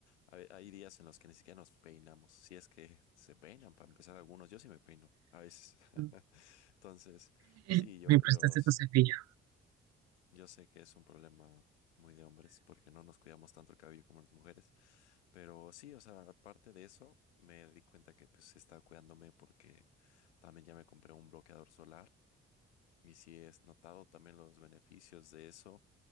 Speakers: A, on the left; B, on the right.
A: hay, hay días en los que ni siquiera nos peinamos. Si es que <laughs> se peinan, para empezar, algunos. Yo sí me peino a veces.
B: Ujú.
A: <laughs> Entonces,
B: <clears throat>
A: sí, yo,
B: Me
A: yo.
B: prestaste tu cepillo.
A: Yo sé que es un problema muy de hombres porque no nos cuidamos tanto el cabello como las mujeres, pero sí, o sea, aparte de eso, me di cuenta que pues estaba cuidándome porque también ya me compré un bloqueador solar y sí he notado también los beneficios de eso